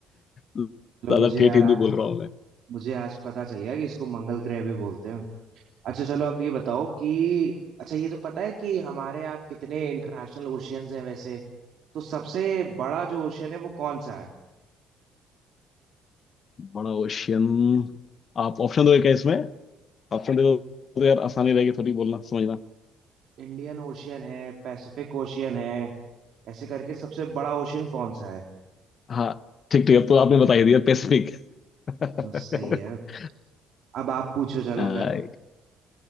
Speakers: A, on the left; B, on the right.
A: ज्यादा
B: चलो मुझे
A: ठेठ
B: यार आज
A: हिंदी बोल रहा हूँ मैं
B: मुझे आज पता चल गया कि इसको मंगल ग्रह भी बोलते हैं अच्छा चलो अब ये बताओ कि अच्छा ये तो पता है कि हमारे यहाँ कितने इंटरनेशनल ओशियंस हैं वैसे तो सबसे बड़ा जो ओशियन है वो कौन सा है
A: बड़ा ओशियन आप ऑप्शन दोगे क्या इसमें ऑप्शन दे दो तो यार आसानी रहेगी थोड़ी बोलना समझना
B: इंडियन ओशियन है पैसिफिक ओशियन है ऐसे करके सबसे बड़ा ओशियन कौन सा है
A: हाँ ठीक ठीक अब तो आपने बता ही दिया पैसिफिक <laughs>
B: चलो, सही है अब आप पूछो चलो
A: आ,
B: फिर